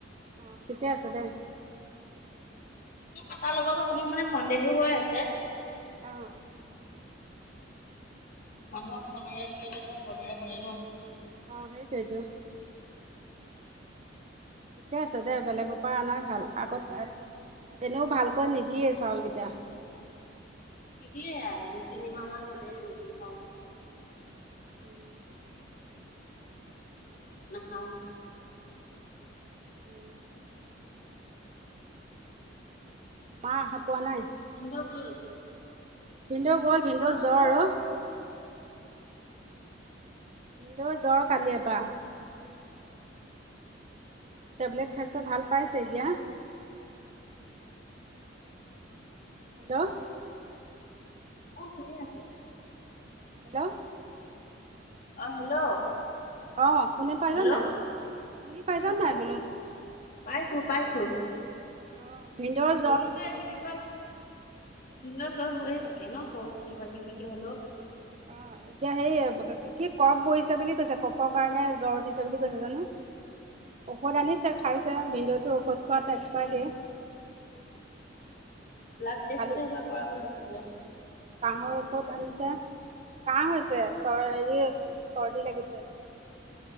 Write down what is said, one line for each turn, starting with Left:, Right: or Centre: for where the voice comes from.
Right: অ', ঠিকে আছে দে।
Left: চিটটো কটাৰ লগত অকমান মানে সন্দেহো হৈ আছে।
Right: অহ
Left: মানুহক চনৰে নোৱাৰিলে ধৰক বলেৰে কৰে ন।
Right: অ', সেইটোৱে টো থিকে আছে দে বেলেগক পৰা নাই ভাল আগত এনেও ভালকৈ নিদিয়ে চাউলকেইটা।
Left: নিদিয়ে দুই, তিনিমাহ মান হলেই দেখোন চাউলে দিয়া নাই।
Right: উম
Left: নাখাওঁ।
Right: উম মা হাতোৱা নাই।
Left: এঞ্জয়কুল
Right: ভিনদেউ গ'ল। ভিনদেউ
Left: মা
Right: জ্বৰ
Left: ক'ত
Right: অ মোৰ জ্বৰ কালিয়ে পা। টেবলেট খাইছা ভাল পাইছে এতিয়া। হেল্লো
Left: আৰু শুনি আছো।
Right: হেল্ল'-
Left: অ হেল্ল'
Right: অ শুনি পাইছ
Left: হেল্ল'
Right: নাই?
Left: অ',
Right: শুনি পাইছ নাই
Left: পাইছো।
Right: বোলো।
Left: পাইছো পাইছো।
Right: অ ভিনদেউ -
Left: এৰি যে এইটো কি কয় ভিনদেউ জ্বৰ হৈয়ে থাকে ন সৰু কিবা কিবিকে হলেও।
Right: অ এতিয়া সেই- কি কফ বহিছে বুলি কৈছে কফৰ কাৰণে জ্বৰ উঠিছে বুলি কৈছে জানো। ঔষধ আনিছে খাইছে ভিনদেউতো ঔষধ খোৱাত এক্সপায়।
Left: ব্লাড টেষ্ট
Right: কালি
Left: এবাৰ কৰাব লাগিছিলে।
Right: কাঁহৰ ঔষধ আনিছে। কাহ হৈছে চৰ হেৰি চৰ্দি লাগিছে